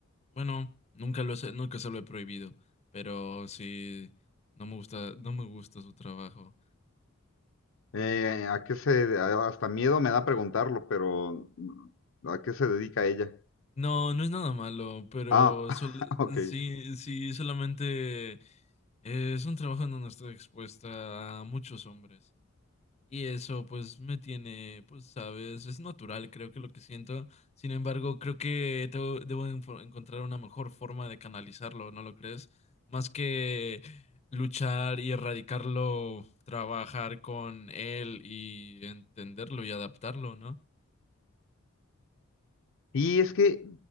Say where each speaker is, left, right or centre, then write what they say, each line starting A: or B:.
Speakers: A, on the left; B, on the left.
A: bueno, nunca lo sé, nunca se lo he prohibido, pero sí, no me gusta, no me gusta su trabajo.
B: Eh, ¿a qué se, a- hasta miedo me da preguntarlo, pero mm, ¿a qué se dedica ella?
A: No, no es nada malo, pero
B: Ah, <laughs>
A: sol-
B: ok.
A: sí, sí, solamente eh, es un trabajo en donde estoy expuesta a muchos hombres. Y eso pues me tiene, pues sabes, es natural creo que lo que siento. Sin embargo, creo que tengo- debo enfo- encontrar una mejor forma de canalizarlo, ¿no lo crees? Más que luchar y erradicarlo, trabajar con él y entenderlo y adaptarlo, ¿no?
B: Y es que